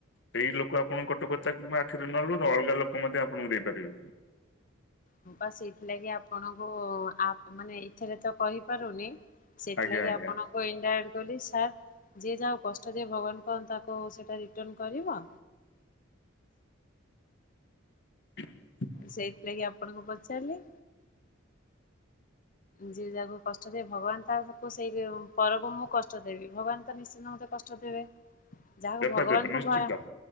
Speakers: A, on the left; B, on the left.
A: ସେଇ ଲୋକ ଆପଣ କଟୁ କଥା କିମ୍ବା ଆଖିରେ ନ ଲୁହ ଅଲଗା ଲୋକ ମଧ୍ୟ ଆପଣଙ୍କୁ ଦେଇପାରିବେ।
B: ହଁ ବା ସେଇଥିଲାଗି ଆପଣଙ୍କୁ ଆପ୍ ମାନେ ଏଥିରେ ତ କହିପାରୁନି। ସେଥିଲାଗି
A: ଆଜ୍ଞା ଆଜ୍ଞା
B: ଆପଣଙ୍କୁ ଇନ୍ଦାରେକ୍ଟ୍ କହିଲି ସାର୍ ଯିଏ ଯାହକୁ କଷ୍ଟ ଦିଏ ଭଗବାନ କଣ ତାକୁ ସେଟା ରିଟର୍ଣ କରିବ?
A: <inaudible>
B: ସେଇଥିଲାଗି ଆପଣଙ୍କୁ ପଚାରିଲି ଯିଏ ଯାହାକୁ କଷ୍ଟ ଦିଏ ଭଗବାନ ତାକୁ ସେଇ ପରକୁ ମୁଁ କଷ୍ଟ ଦେବି ଭଗବାନ ତ ନିଶ୍ଚିନ୍ତ ମତେ କଷ୍ଟ କଷ୍ଟ ଦେବେ ଯାହାକୁ
A: ଦେବେ
B: ଭଗବାନଙ୍କୁ
A: ଦେବେ ନିଶ୍ଚିତ
B: ଭୟ